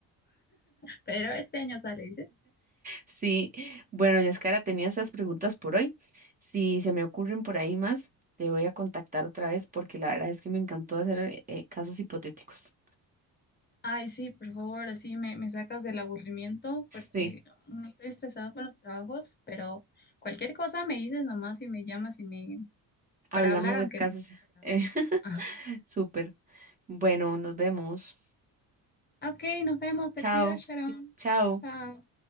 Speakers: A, on the left; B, on the right.
A: Pero este año sale,
B: Sí, bueno, Yaskara, tenía esas preguntas por hoy. Si se me ocurren por ahí más, te voy a contactar otra vez porque la verdad es que me encantó hacer eh, casos hipotéticos.
A: Ay, sí, por favor, así me, me sacas del aburrimiento porque
B: Sí.
A: no estoy estresado con los trabajos, pero cualquier cosa me dices nomás y me llamas y me
B: Hablamos
A: para hablar aunque
B: de casos.
A: de- otras
B: <laughs>
A: cosas.
B: eh, <laughs>
A: Ajá.
B: súper. Bueno, nos vemos.
A: Ok, nos vemos, te
B: Chao.
A: cuidas, Sharon.
B: Chao.
A: Chao.